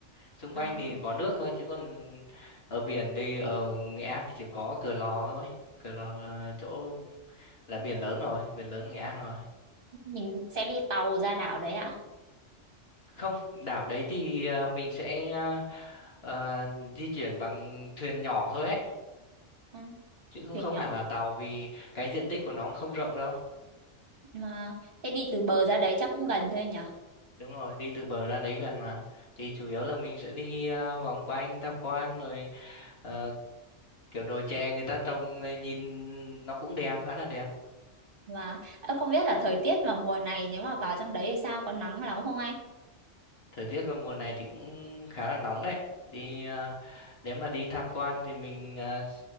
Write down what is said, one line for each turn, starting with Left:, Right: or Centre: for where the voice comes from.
Left: xung quanh
Right: À.
Left: thì có nước thôi chứ còn ở biển thì ở Nghệ An thì chỉ có Cửa Lò thôi Cửa Lò là chỗ là biển lớn rồi biển lớn Nghệ An rồi
Right: mình sẽ đi tàu ra đảo đấy ạ
Left: Không, đảo đấy thì ờ, mình sẽ ờ, ờ, di chuyển bằng thuyền nhỏ thôi ấy,
Right: Ừ,
Left: chứ cũng
Right: thuyền
Left: không
Right: nhỏ
Left: hẳn là tàu vì cái diện tích của nó cũng không rộng đâu.
Right: mà thế đi từ bờ ra đấy chắc cũng gần thôi nhở
Left: Đúng rồi, đi từ bờ ra đấy gần mà. Thì chủ yếu là mình sẽ đi ờ, vòng quanh tham quan rồi ờ, kiểu đồi chè người ta trồng rồi nhìn nó cũng đẹp, khá là đẹp.
Right: và ơ, không biết là thời tiết vào mùa này nếu mà vào trong đấy thì sao có nắng lắm không anh
Left: Thời tiết vào mùa này thì cũng khá là nóng đấy. Đi ờ, nếu mà đi tham quan thì mình ờ,